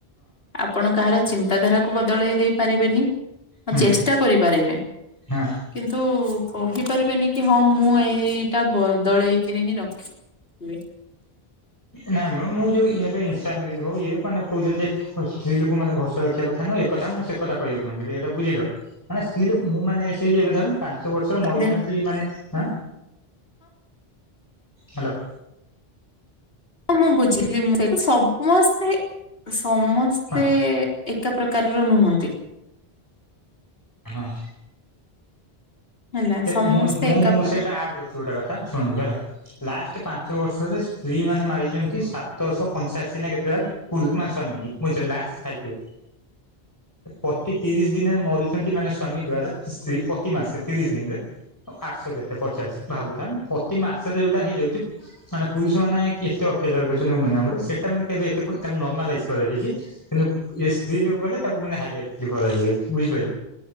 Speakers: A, on the left (about 70°); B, on the left (about 20°).
A: ଆପଣ କାହାର ଚିନ୍ତାଧାରାକୁ ବଦଳେଇ ଦେଇ ପାରିବେନି
B: ହଁ
A: ଚେଷ୍ଟା କରିପାରିବେ।
B: ହଁ
A: କିନ୍ତୁ କହିପାରିବେନି କି ହଁ ମୁଁ ଏଇଟା ବଦଳେଇକିରି ହିଁ ରଖି ହୁଁ
B: ନାଇ ମ ମୁଁ ଯୋଉ ଏବେ ଇନଷ୍ଟା ରିଲ୍‌ ହଉ ଇଏ ମାନେ କହୁଛନ୍ତି ଯେ ଆଉ ସ୍ତ୍ରୀ ଲୋକ ମାନ ଭରସା ରଖିବା କଥା ନୁହଁ ଏକଥା ମୁଁ ସେ କଥା କହିବାକୁ ଚାହୁଥିଲି ଏଇଟା ବୁଝିଲ। ମାନେ ସ୍ତ୍ରୀ ଲୋକ ମୁଁ ମାନେ ସେଇ ଏବେ ଧର,। ପାଞ୍ଚ ବର୍ଷ ମରିଛନ୍ତି
A: ଦେ
B: ମାନେ ହଁ ହାଲ
A: ହଁ ମୁଁ ବୁଝିଲି ମୁଁ ସେ ସମସ୍ତେ ସମସ୍ତେ
B: ହଁ
A: ଏକା ପ୍ରକାରର ନୁହନ୍ତି।
B: ହଁ।
A: ହେଲା
B: ହେ
A: ସମସ୍ତେ
B: ମୁଁ ମୁଁ
A: ଏକା
B: ମୁଁ
A: ହୁଁ
B: ସେଇଟା ଆଡ୍ କରି। ଯ ଗୋଟା କଥା ଶୁଣନ୍ତୁ ହେଲା ଲାଷ୍ଟ ପାଞ୍ଚ ବର୍ଷରେ ସ୍ତ୍ରୀ ମାନେ ମାରିଛନ୍ତି ସାତଶହ ପଞ୍ଚାଅଶୀ ନା କେତେ ଜଣ ମାନ ସଵାମୀ <unintelligible> ଲାଷ୍ଟ ଫାଈପ୍ ଇଏର। ପ୍ରତି ତିରିଶ ଦିନ ମରୁଛନ୍ତି ମାନେ ସ୍ଵାମୀ ଦ୍ଵାରା ସ୍ତ୍ରୀ ପ୍ରତି ମାସେ ତିରିଶ ଦିନରେ ଆଠଶହ କେତେ ପଚାଶ ଭାବୁଥାନ୍ ପ୍ରତି ମାସରେ ଯୋଉଟା ହେଇଯାଉଛି ମାନେ ପୁରୁଷ ମାନେ ଏତେ ଅତ୍ୟାଚାର କରୁଛନ୍ତି ମାନେ ସେଟା ମାନେ କେବେ ତାକୁ ନର୍ମାଲାଇଜ କରାଯାଇଛି। କିନ୍ତୁ ଏ ସ୍ତ୍ରୀ ଲୋକ କଲେ ତାକୁ ମାନେ ହାଇଲାଇଟ କରାଜାଉଛି ବୁଝିପାଇଲ।